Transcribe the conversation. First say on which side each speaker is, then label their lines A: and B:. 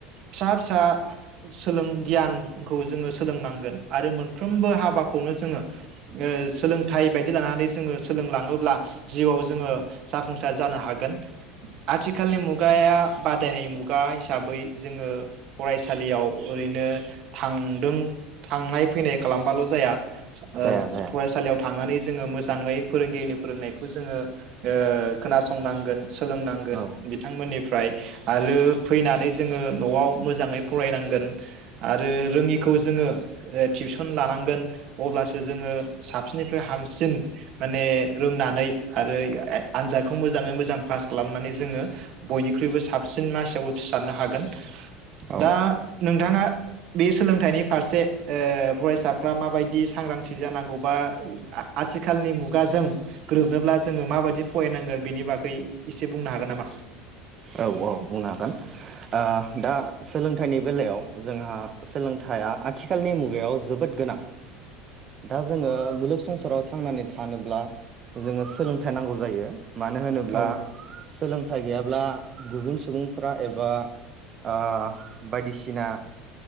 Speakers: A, on the right; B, on the right.
A: फिसा फिसा सोलों गियानखौ जोङो सोलोंनांगोन आरो मोनफ्रोमबो हाबा हाबाखौनो जोङो ओ सोलोंथाइ बायदि लानानै जोङो सोलोंलाङोब्ला जिउआव जोङो। जाफुंसार जानो हागोन आथिखालनि मुगायाव बादायनाय मुगा हिसाबै जोङो। फरायसालियाव ओरैनो थादों थांनाय फैनाय खालामबाल' जाया। फरायसालि
B: जाया जाया
A: थांनानै जोङो मोजाङै फोरोंगिरिनि फोरोंनायखौ जोङो ओ खोनासंनांगोन। सोलोंनांगोन
B: औ
A: बिथांमोननिफ्राय आरो फैनानै जोङो न'आव मोजाङै फरायनांगोन आरो रोङिखौ जोङो टिउसन लानांगोन। अब्लासो जोङो साबसिननिफ्राय हामसिन माने रोंनानै आरो आनजादखौ मोजाङै मोजां पास खालामनानै जोङो बयनिख्रुइबो साबसिन मासियाव उथ्रिसारनो हागोन।
B: औ
A: दा नोंथाङा बे सोलोंथाइनि फारसे ओ फरायसाफ्रा मा बायदि सांग्रांथि जानांगौबा आ आथिखालनि मुगाजों गोरोबनोब्ला जोङो माबायदि फरायनांगोन बिनि बागै एसे बुंनो हागोन नामा?
B: औ औ बुंनो हागोन ओ दा सोलोंथाइनि बेलायाव जोंहा सोलोंथाइया आथिखालनि मुगायाव जोबोद गोनां दा जोङो मुलुग संसाराव थांनानै थानोब्ला जोङो सोलोंथाइ नांगौ जायो। मानो होनोब्ला
A: औ
B: सोलोंथाइ गैयाब्ला गुबुन सुबुंफोरा एबा आ बायदिसिना